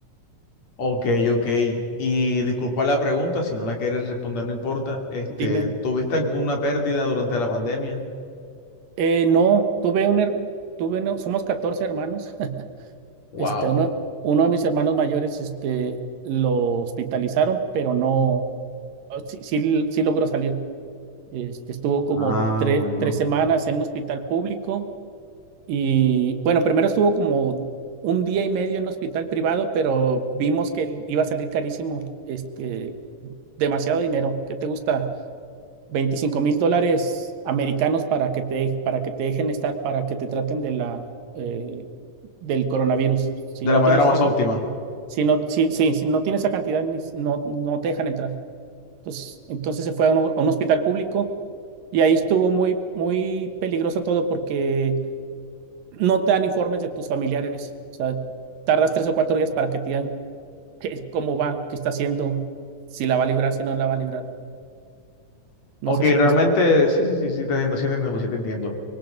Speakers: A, on the left; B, on the right.
A: ok, ok. Y disculpa la pregunta, si no la quieres responder, no importa. Este,
B: Dime,
A: ¿tuviste alguna pérdida durante la pandemia?
B: eh, no, tuve un, her- tuve no somos 14 hermanos, <laughs>
A: Wow.
B: este, uno, uno de mis hermanos mayores, este, lo hospitalizaron, pero no, sí, sí, sí logró salir Este, estuvo como
A: Ah,
B: tre-
A: bueno.
B: tres semanas en un hospital público y bueno, primero estuvo como un día y medio en un hospital privado, pero vimos que iba a salir carísimo, este, demasiado dinero. ¿Qué te gusta? veinticinco mil dólares americanos para que te, para que te dejen estar, para que te traten de la, eh, del coronavirus. Si
A: De
B: no
A: la manera
B: tienes
A: más
B: esa,
A: óptima.
B: can- si no, si, si, si no tienes esa cantidad, ni- no, no te dejan entrar. Entonces, entonces se fue a un, a un hospital público y ahí estuvo muy, muy peligroso todo porque no te dan informes de tus familiares. O sea, tardas tres o cuatro días para que te digan qué- cómo va, qué está haciendo, si la va a librar, si no la va a librar. No
A: Ok,
B: sé si
A: realmente,
B: me explico.
A: sí, sí, sí, sí, te entiendo, sí te entiendo, sí te entiendo. O